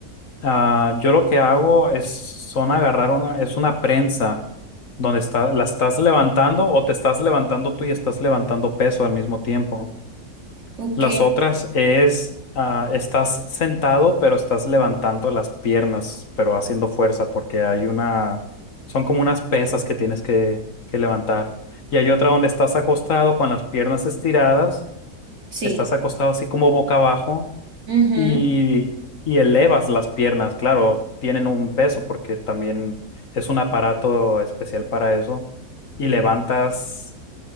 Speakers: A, on the left; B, on the right.
A: Ah, yo lo que hago es son agarrar una, es una prensa donde está, la estás levantando o te estás levantando tú y estás levantando peso al mismo tiempo.
B: ok,
A: Las otras es, ah, estás sentado pero estás levantando las piernas, pero haciendo fuerza porque hay una, son como unas pesas que tienes que, que levantar. Y hay otra donde estás acostado con las piernas estiradas
B: sí,
A: Estás acostado así como boca abajo
B: ujú,
A: y, y elevas las piernas. Claro, tienen un peso porque también es un aparato especial para eso. Y levantas,